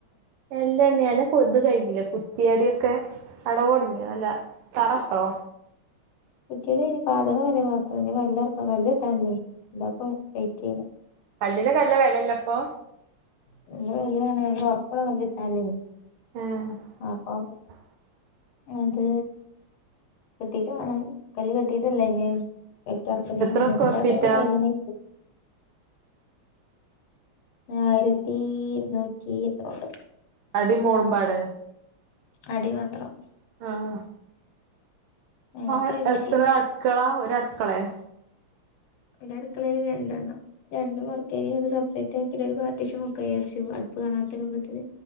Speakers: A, on the right; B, on the left.
A: എല്ലാ ണ്ണി അന്റെ കു ഇത് കഴിഞ്ഞിലേ കുറ്റിയടിക്കെ പടവ് തൊട്ങ്ങിയോ അല്ല തറട്ടോ
B: കുറ്റിയടി കയിഞ്ഞ് പാതകം വരെ വാർത്ത് ഇന്ന് കല്ലെർക്ക. കല്ല് കിട്ടാൻ ല്ലേ ബാപ്പം എയ്റ്റീന്
A: ഇതിനൊക്കെ നല്ല വെലല്ലപ്പൊ
B: <unintelligible> എ ഒർപ്പുള്ള കല്ലിട്ടാ ല്ലേ
A: ഏഹ്
B: അപ്പൊ
A: <inaudible>
B: അത് കെട്ടീട്ട് വേണം കല്ല് കെട്ടിട്ടല്ല ഇനി ബെൽറ്റക്കലെനി
A: എത്ര സ്ക്വയർ
B: പടവ്
A: ഫീറ്റാ
B: കഴിഞ്ഞി ആയിരത്തി ഇരുന്നൂറ്റി എത്രയോ ഉണ്ട്
A: അടി മോളുമ്പാടെ
B: അടി മാത്രം
A: ആഹ
B: മേലക്ക്
A: ആ
B: വിരിച്ചില്ല
A: എത്ര അടുക്കള ഒരു അടുക്കളെ
B: ഇന്റെ അടുക്കള രണ്ടെണ്ണം രണ്ടും വർക്കെരിയ ആയോണ്ട് സെപ്പറേറ്റ് ആക്കിട്ട് ഒരു പാർട്ടിഷ്യൻ വെക്കാ വിചാരിച്ച് പ്പ കാണാത്ത രൂപത്തില്